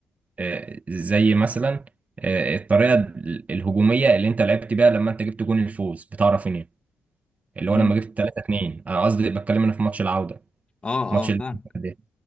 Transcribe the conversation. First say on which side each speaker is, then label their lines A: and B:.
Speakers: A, on the right (about 40°); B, on the left (about 30°).
A: آه، زي مثلا آه، الطريقه ال- الهجوميه اللي انت لعبت بيها لما انت جبت جون الفوز بتاع رافينيا اللي
B: مم.
A: هو لما جبت 3 2 انا قصدي بتكلم انا في ماتش العوده
B: اه
A: ماتش
B: اه فاهم
A: ال- ده